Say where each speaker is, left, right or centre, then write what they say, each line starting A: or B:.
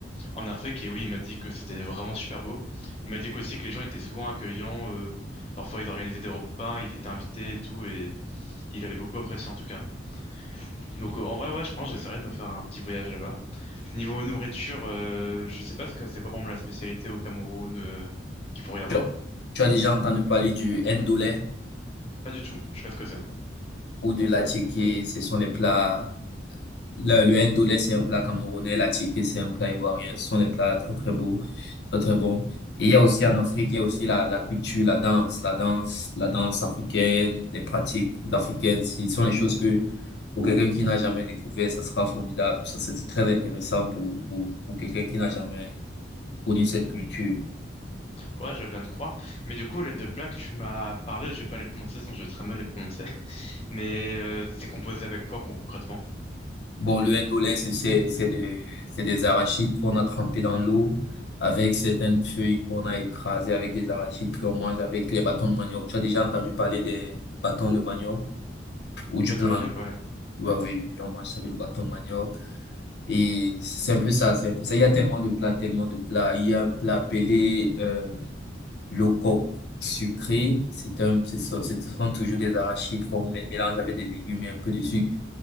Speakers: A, on the left; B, on the left.
A: en Afrique et oui, il m'a dit que c'était vraiment super beau. Il m'a dit qu'aussi que les gens étaient souvent accueillants, euh, parfois ils organisaient des repas, ils étaient invités et tout et il avait beaucoup apprécié en tout cas. Donc euh, en vrai, ouais, je pense que j'essaierai de me faire un petit voyage là-bas. Niveau nourriture, euh, je sais pas ce que c'est quoi pour moi la spécialité au Cameroun euh, qu'il pourrait y avoir.
B: Tu, as tu as déjà entendu parler du ndolé
A: Pas du tout, je sais pas ce que c'est.
B: ou de la ce sont les plats. Le, le ndolé, c'est un plat camerounais, la c'est un plat ivoirien. Ce sont des plats très très beaux, très très bons. Et il y a aussi en Afrique, il y a aussi la, la culture, la danse, la danse, la danse africaine, les pratiques africaines. Ce sont les choses que pour quelqu'un qui n'a jamais découvert, ça sera formidable. Ça sera très intéressant pour, pour, pour quelqu'un qui n'a jamais connu cette culture.
A: Ouais, je veux bien te croire. Mais du coup, les deux plats que tu m'as parlé, je vais pas les prononcer, sinon je vais très mal les prononcer. <laughs> Mais euh, c'est composé avec quoi con- concrètement?
B: Bon, le indolé, c'est c'est c'est des, c'est des arachides qu'on a trempés dans l'eau avec certaines feuilles qu'on a écrasées avec des arachides qu'on mange avec les bâtons de manioc. Tu as déjà entendu parler des bâtons de manioc ou du
A: Bah,
B: plant?
A: ton manioc, ouais.
B: Ouais, oui, oui, oui, on mange ça avec le bâton de manioc. Et c'est un peu ça, c'est un peu ça. Il y a tellement de plats, tellement de plats. Il y a un plat appelé euh, le coq sucré. C'est un, c'est ça, ce sont toujours des arachides qu'on mé- mélange avec des légumes et un peu de sucre.